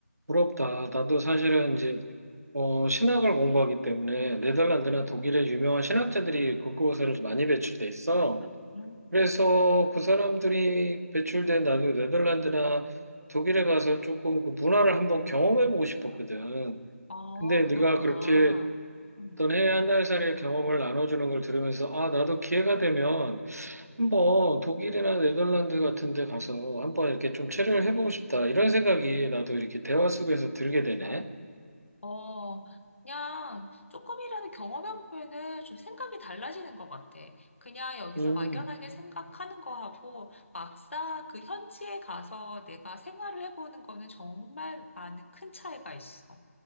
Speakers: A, on the right; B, on the left.
A: 부럽다. 나도 사실은 이제, 어, 신학을 공부하기 때문에 네덜란드나 독일의 유명한 신학자들이 그곳에 많이 배출돼 있어.
B: 음.
A: 그래서
B: 음,
A: 그 사람들이 배출된 나도 네덜란드나 독일에 가서 조금 그 문화를 한번 경험해보고 싶었거든.
B: 아,
A: 근데 네가
B: 그렇구나.
A: 그렇게
B: 음.
A: 어떤 해외 한 달 살이의 경험을 나눠주는 걸 들으면서, 아, 나도 기회가 되면 한번 독일이나 네덜란드 같은 데 가서 한번 이렇게 좀 체류를 해보고 싶다. 이런 생각이 나도 이렇게 대화 속에서 들게 되네.
B: 음. 어, 그냥 조금이라도 경험해보면은 좀 생각이 달라지는 것 같아. 그냥 여기서
A: 음,
B: 막연하게 생각하는 거하고 막상 그 현지에 가서 내가 생활을 해보는 거는 정말 많은 큰 차이가 있어.